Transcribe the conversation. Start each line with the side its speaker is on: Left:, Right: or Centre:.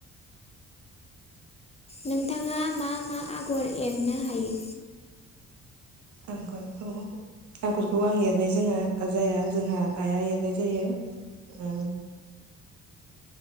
Left: नोंथाङा मा मा आगर एरनो हायो?
Right: आंगरखौ आंगरखौ आं एरनाय जोंहा जाया जोंहा आइआ एरनाय जायो।